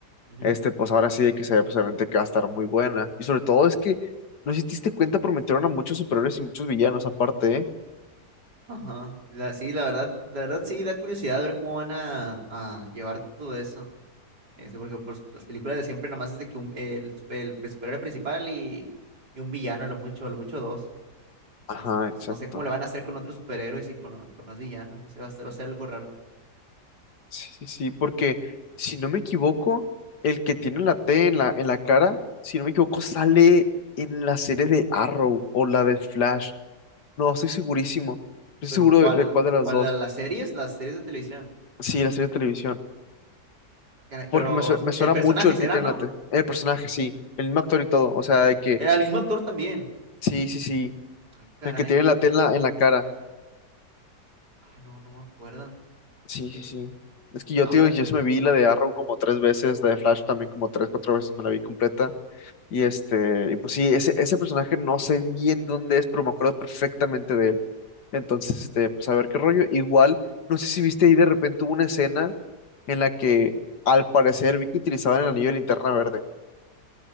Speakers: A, on the right; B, on the left.
A: ujú.
B: este, pues ahora sí de que se pues obviamente que va a estar muy buena. Y sobre todo es que, no sé si te diste cuenta, prometieron a muchos superhéroes y muchos villanos aparte, ¿eh?
A: Ajá. La, sí, la verdad, la verdad sí da curiosidad ver cómo van a, a llevar todo eso. Este, porque pues, las películas de siempre nada más es de que un, el, super- el pre- superhéroe principal y, y un villano, a lo mucho, a lo mucho dos.
B: Ajá,
A: Este, entonces
B: exacto.
A: no sé cómo le van a hacer con otros superhéroes y con, o- con más villanos, no sé, va a ser, va a ser algo raro.
B: Sí, sí, sí, porque si no me equivoco, el que tiene la T en la, en la cara, si no me equivoco, sale en la serie de Arrow o la de Flash. No, estoy segurísimo. No estoy
A: Pero
B: seguro
A: ¿cuál,
B: de, de cuál de las
A: cuál
B: dos.
A: la- las series? Las series de televisión.
B: Sí, la serie de televisión.
A: Caray,
B: Porque
A: pero
B: me, sue- me suena
A: el personaje
B: mucho el
A: será,
B: que tiene
A: ¿no?
B: la T. El personaje, sí. El mismo actor y todo. O sea, de que,
A: Era el mismo actor también.
B: sí, sí, sí.
A: Ah, caray.
B: El que tiene la T en la, en la cara.
A: Ah, no, no me acuerdo.
B: Sí,
A: Este,
B: sí, sí. Es que yo,
A: no,
B: tío,
A: pues,
B: yo sí me vi la de Arrow como tres veces, la de Flash también como tres, cuatro veces me la vi completa. Y este, y pues sí, ese, ese personaje no sé bien dónde es, pero me acuerdo perfectamente de él. Entonces, este, pues a ver qué rollo. Igual, no sé si viste ahí de repente hubo una escena en la que al parecer vi que utilizaban el anillo de linterna verde.